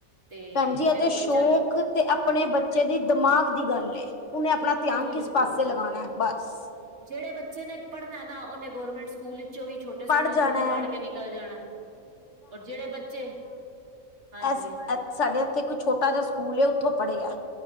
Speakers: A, on the right; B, on the left.
A: ਤੇ
B: ਭੈਣ ਜੀ ਇਹ
A: ਫੇਰ ਉਹ ਬੱਚ
B: ਸ਼ੌਕ ਤੇ ਆਪਣੇ ਬੱਚੇ ਦੀ ਦਿਮਾਗ ਦੀ ਗੱਲ ਏ। ਉਹਨੇ ਆਪਣਾ
A: ਬਿਲਕੁਲ
B: ਧਿਆਨ
A: ਜੀ
B: ਕਿਸ
A: ਬਿਲਕੁਲ
B: ਪਾਸੇ ਲਗਾਉਣਾ ਹੈ, ਬਸ।
A: ਜਿਹੜੇ ਬੱਚੇ ਨੇ ਪੜ੍ਹਨਾ ਐ ਨਾ, ਉਹਨੇ ਗੋਰਮੈਂਟ ਸਕੂਲ ਇਚੋਂ ਵੀ ਛੋਟ <unintelligible>
B: ਪੜ੍ਹ
A: ਸਕੂਲ ਇਚੋਂ
B: ਜਾਣਾ
A: ਵੀ ਪੜ੍ਹ ਕੇ ਨਿਕਲ ਜਾਣਾ ਔਰ ਜਿਹੜੇ ਬੱਚੇ ਹਾਂਜੀ
B: ਐਸ ਐ ਸਾਡੇ ਇੱਥੇ ਇੱਕ ਛੋਟਾ ਜਿਹਾ ਸਕੂਲ ਐ ਉੱਥੋਂ ਪੜ੍ਹੇ ਆ।